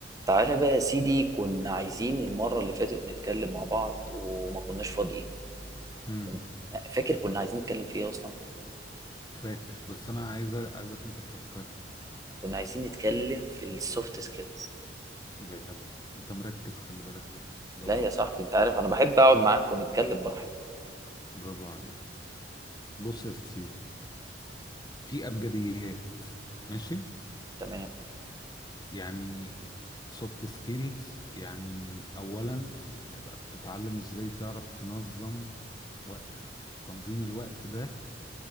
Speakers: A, on the right (about 20°); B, on the left (about 20°).
A: تعالى بقى يا سيدي كنا عايزين المرة اللي فاتت نتكلم مع بعض وما كناش فاضيين
B: امم
A: كنا- فاكر كنا عايزين نتكلم في ايه اصلا
B: فاكر بس انا عايز عايزك انت تفكرني
A: كنا عايزين نتكلم في السوفت سكيلز
B: جدع انت مركز خلي بالك كده برافو
A: لا يا
B: عليك
A: صاحبي انت عارف انا بحب اقعد معاك ونتكلم براحتنا
B: برافو عليك بص يا سيدي في ابجديات ماشي
A: تمام
B: يعني سوفت سكيلز يعني اولا تبقى بتتعلم ازاي تعرف تنظم وقتك تنظيم الوقت ده